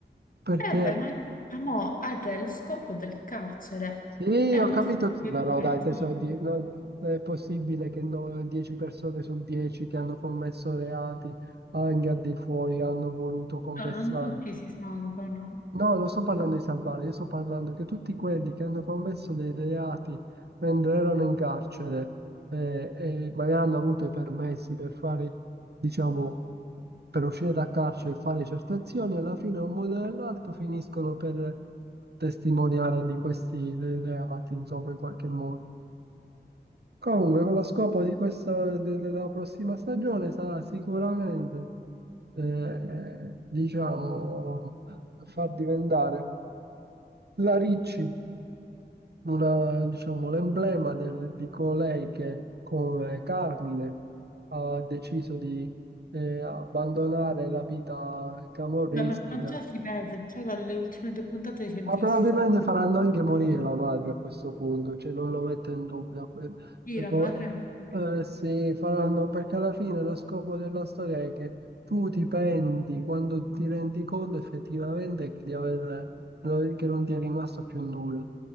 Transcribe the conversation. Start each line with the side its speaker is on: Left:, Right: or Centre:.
Right: Perché?
Left: Eh beh, ma ah, mo, ah, re, lo scopo del carcere
Right: Sì,
Left: è
Right: ho
Left: uno
Right: capito.
Left: scopo educativo,
Right: No, no, dai, tesoro, di- non, non è possibile che no- 10 persone su 10 che hanno commesso reati anche al di fuori hanno voluto confessare.
Left: No, non tutti si salvano.
Right: No, non sto parlando di salvare, io sto parlando che tutti quelli che hanno commesso dei reati mentre erano in carcere eh, e magari hanno avuto i permessi per fare, diciamo, per uscire da carcere e fare certe azioni, alla fine un modo o nell'altro finiscono per testimoniare di questi re- reati, insomma, in qualche modo. Comunque, con lo scopo di questa, de- della prossima stagione sarà sicuramente, eh, eh, diciamo, far diventare la Ricci, una, diciamo, l'emblema del- di colei che, come Carmine, ha deciso di eh, abbandonare la vita camorristica
Left: Vabbè, ma ma già si vede, già dalle ultime due puntate si è
Right: ma
Left: visto.
Right: probabilmente faranno anche morire la madre a questo punto, cioè non lo metto in dubbio. Per-
Left: Chi
Right: per
Left: la
Right: po-
Left: madre?
Right: eh, sì, faranno perché alla fine lo scopo della storia è che tu ti penti quando ti rendi conto effettivamente che di aver, no, che non ti è rimasto più nulla.